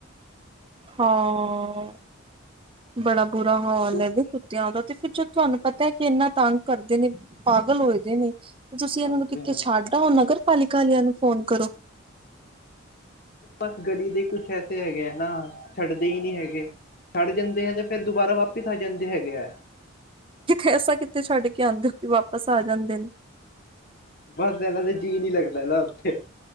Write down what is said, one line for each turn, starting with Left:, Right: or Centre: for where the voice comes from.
Right: ਹਾਂ ਬੜਾ ਬੁਰਾ ਹਾਲ
Left: ਕਿਉਂਕਿ
Right: ਐ ਵੀ ਕੁਤੇਆਂ ਦਾ ਤੇ ਫਿਰ ਜਦ ਤੁਆਨੂੰ
Left: ਹਾਂਜੀ
Right: ਪਤਾ ਐ ਕਿ ਏਨਾ ਤੰਗ ਕਰਦੇ ਨੇ ਪਾਗਲ ਹੋਏ ਦੇ ਨੇ ਤੇ ਤੁਸੀ ਏਨਾਂ
Left: ਹਾਂਜੀ
Right: ਨੂੰ ਕਿੱਥੇ
Left: ਹਾਂਜੀ
Right: ਛੱਡ ਓ ਨਗਰ ਪਾਲਿਕਾ ਵਾਲੇਆਂ ਨੂੰ ਫੋਨ ਕਰੋ।
Left: ਬਸ ਗਲੀ ਦੇ ਈਕੁਛ ਐਸੇ ਹੈਗੇ ਐ ਨਾ ਛੱਡਦੇ ਈ ਨੀ ਹੈਗੇ ਛੱਡ ਜਾਂਦੇ ਐ ਤੇ ਫੇਰ ਦੁਬਾਰਾ ਵਾਪਿਸ ਆ ਜਾਂਦੇ ਹੈਗੇ ਐ।
Right: ਐਸਾ ਕਿਤੇ ਛੱਡ ਕੇ ਆਂਦੇ ਓ ਕਿ ਵਾਪਸ ਆ ਜਾਂਦੇ ਨੇ।
Left: ਬਸ ਐਨਾਂ ਤਾਂ ਜੀਅ ਨੀ ਲੱਗਦਾ ਨਾ ਓਥੇ।